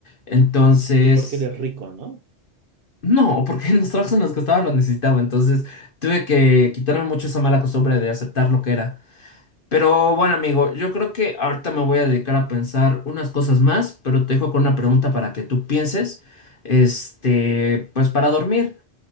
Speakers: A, on the left; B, on the right.
A: Entonces,
B: Y porque eres rico, ¿no?
A: No, porque en los trabajos en los que estaba lo necesitaba, entonces tuve que quitarme mucho esa mala costumbre de aceptar lo que era. Pero bueno, amigo, yo creo que ahorita me voy a dedicar a pensar unas cosas más, pero te dejo con una pregunta para que tú pienses, este, pues para dormir.